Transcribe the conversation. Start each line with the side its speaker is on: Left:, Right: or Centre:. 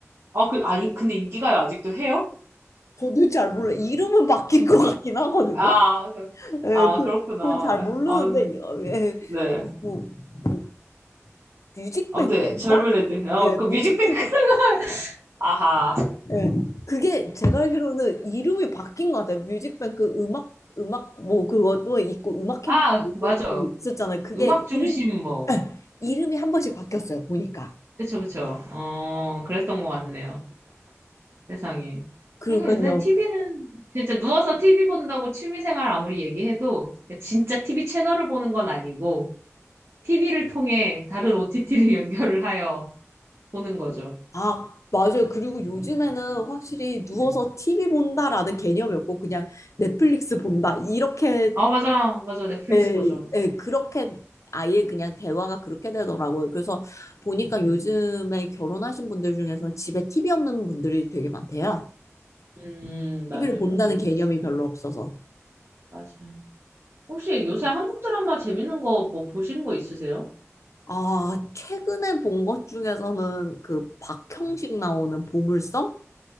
Right: 아, 그, 아, 이- 근데 인기가요 아직도 해요?
Left: 저도 잘 몰라. 이름은 바뀐 것 같긴
Right: 예.
Left: 하거든요.
Right: 아, 그-
Left: 예,
Right: 아,
Left: 그,
Right: 그렇구나.
Left: 그건 잘 모르는데,
Right: 아,
Left: 예,
Right: 네.
Left: 뭐, 뭐, 뮤직뱅크인가?
Right: 아무튼 젊은 애들. 어,
Left: 예,
Right: 그 뮤직뱅크.
Left: 뮤직뱅크.
Right: <laughs> 아하.
Left: 예, 그게 제가 알기로는 이름이 바뀐 것 같아요. 뮤직뱅크 음악, 음악, 뭐, 그것도 있고, 음악 캠프
Right: 아,
Left: 뭐
Right: 맞아.
Left: 그거 있었잖아요. 그게
Right: 음악 중심
Left: 이름,
Right: 뭐.
Left: 예, 이름이 한 번씩 바뀌었어요, 보니까.
Right: 그쵸, 그쵸. 어, 그랬던 것 같네요. 세상에.
Left: 그러니까요.
Right: 그러니까 요새 TV는 진짜 누워서 TV 본다고 취미생활 아무리 얘기해도 진짜 TV 채널을 보는 건 아니고 TV를 통해 다른 OTT를 <laughs> 연결을 하여 보는 거죠.
Left: 아, 맞아요. 그리고 요즘에는 확실히 누워서
Right: 네.
Left: TV 본다라는 개념이 없고, 그냥 넷플릭스 본다. 이렇게
Right: 아, 맞아. 맞아. 넷플릭스
Left: 예,
Right: 보죠.
Left: 예, 그렇게 아예 그냥 대화가 그렇게 되더라고요. 그래서 보니까
Right: 음,
Left: 요즘에 결혼하신 분들 중에서 집에 TV 없는 분들이 되게 많대요.
Right: 음, 맞아요.
Left: TV를 본다는
Right: 맞아요. 요새
Left: 개념이
Right: 진짜.
Left: 별로 없어서.
Right: 맞아. 혹시 요새 한국 드라마 재밌는 거 뭐 보신 거 있으세요?
Left: 아, 최근에 본 것 중에서는 그 박형식
Right: 네.
Left: 나오는 보물섬?